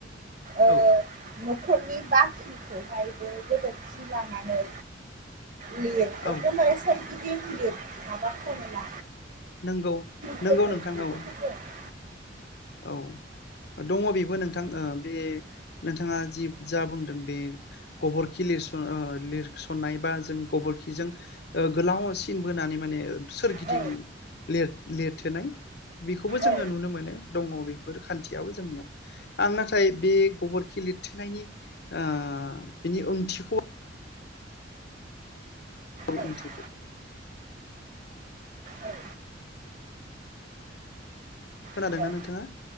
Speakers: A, on the right; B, on the left.
A: ओ
B: औ
A: न'खरनि बाख्रिखौहायबो गोदोरखि लानानै लिर
B: औ
A: दमबारे सोर गिदिं माबाखामोना
B: नंगौ
A: <unintelligible>
B: नंगौ नोंथां औ औ दङ बेबो नोंथां ओ बे नोंथाङा जि जा बुंदों बे गबरखि लिरस ओ लिरसननाय बा जों गबरखिजों ओ गोलाव सिन बोनानै माने ओ सोरगिदिं
A: औ
B: लिर लिरथेनाय बेखौबो जोंङो
A: औ
B: नुनो मोनो। दङ बेफोर खान्थियाबो जोंनियाव। आं नाथाय बे गोबोरखि लिरथेनायनि ओ बिनि ओंथिखौ <unintelligible>
A: औ औ
B: खोनादोंना
A: हेलौ
B: नोंथाङा?